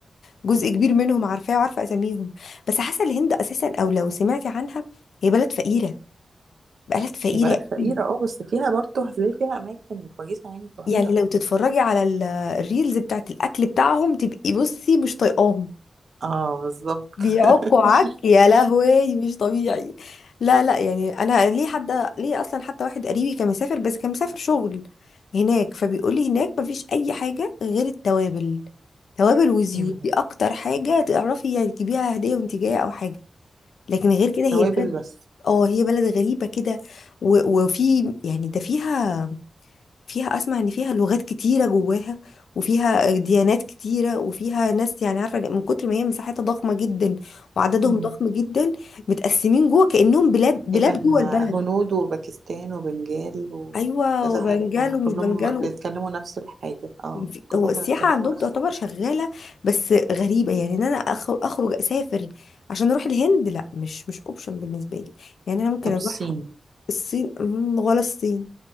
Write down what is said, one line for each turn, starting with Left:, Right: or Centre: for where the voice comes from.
Left: جزء كبير منهم عارفاه وعارفه اساميهم بس حاسه الهند اساسا او لو سمعتي عنها هي بلد فقيره بلد فقيره
Right: هي بلد فقيره
Left: أوي.
Right: اه بس فيها برضه هتلاقي فيها اماكن كويسه يعني تروحيها
Left: يعني لو تتفرجي على ال- الريلز بتاعت الاكل بتاعهم تبقي بصي مش طايقاهم
Right: اه بالظبط
Left: بيعكوا
Right: <laughs>
Left: عك يا لهوي مش طبيعي لا لا يعني انا ليه حد ليه اصلا حتى واحد قريبي كان مسافر بس كان مسافر شغل هناك فبيقول لي هناك مفيش اي حاجه غير التوابل توابل وزيوت
Right: يعني
Left: دي اكتر حاجه تعرفي يعني تجيبيها هديه وانت جايه او حاجه لكن غير كده هي
Right: توابل
Left: بلد
Right: بس
Left: اه هي بلد غريبه كده و- وفي يعني ده فيها فيها اسمع ان فيها لغات كتيره جواها وفيها ديانات كتيره وفيها ناس يعني عارفه من كتر ما هي مساحتها ضخمه جدا وعددهم
Right: مم.
Left: ضخم جدا متقسمين جوه كانهم بلاد بلاد
Right: تقريبا
Left: جوه البلد
Right: هنود وباكستان وبنجال وكذا
Left: ايوه وبنجال
Right: حاجة يعني
Left: ومش
Right: كلهم
Left: بنجال
Right: بيتكلموا نفس الحاجة اه
Left: في-
Right: كلهم
Left: هو السياحه
Right: بيتكلموا
Left: عندهم
Right: نفس
Left: تعتبر
Right: الحاجة
Left: شغاله بس غريبه يعني ان انا أخ- اخرج اسافر عشان اروح الهند لا مش مش اوبشن بالنسبه لي يعني انا ممكن
Right: طب
Left: اروح
Right: الصين
Left: الصين مم، ولا الصين